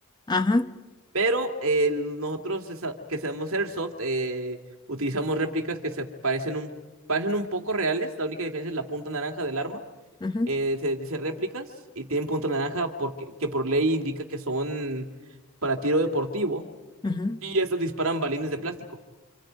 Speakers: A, on the left (about 20°); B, on the right (about 60°).
A: Ajá,
B: Pero eh, nosotros esa- que seamos Airsoft, eh, utilizamos réplicas que se parecen un, parecen un poco reales. La única diferencia es la punta naranja del arma
A: ajá,
B: eh, se dice réplicas y tienen punto naranja porque, que por ley indica que son para tiro deportivo
A: ajá.
B: y estas disparan balines de plástico.